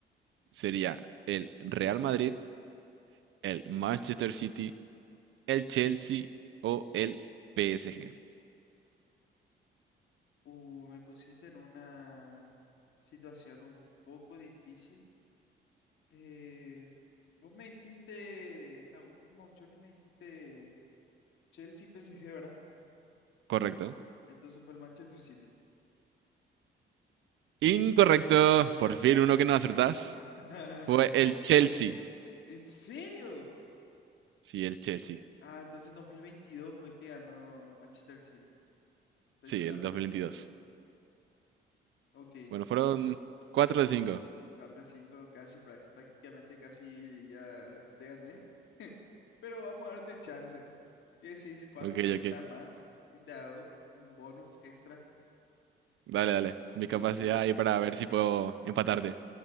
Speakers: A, on the right; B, on the left.
A: ¿Sería el Real Madrid, el Manchester City, el Chelsea o el PSG?
B: Uh, me pusiste en una situación un poco difícil. Eh, vos me dijiste, en la última opción me dijiste Chelsea PSG, ¿verdad?
A: ¿Correcto?
B: Entonces fue el Manchester City.
A: Incorrecto. Por fin uno que no acertás.
B: <laughs>
A: Fue el Chelsea.
B: ¿En serio?
A: Sí, el Chelsea.
B: Ah, entonces 2022 fue el que ganó Manchester City. Estoy
A: Sí,
B: totalmente
A: el 2022.
B: seguro. Ok,
A: Bueno, fueron 4 de cinco
B: 4 cinco, casi, prá- prácticamente casi ya te gané. <laughs> Pero vamos a darte chance. ¿Qué decís? Cuatro
A: Ok,
B: preguntas
A: ok.
B: más. Si te hago un bonus extra.
A: Dale, dale. Mi capacidad
B: Ok,
A: ahí para ver si puedo empatarte.